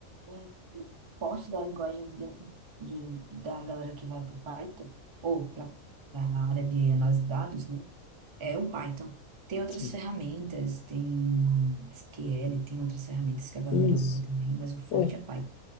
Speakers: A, on the right (about 40°); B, on the left (about 75°).
A: é, O porte da linguagem de- de- da galera que vai para o Python ou para a área de análise de dados, né? É o Python. Tem outras
B: Sim.
A: ferramentas, tem SQL, tem outras ferramentas que a galera
B: Isso.
A: usa também, mas o forte
B: É,
A: é Python.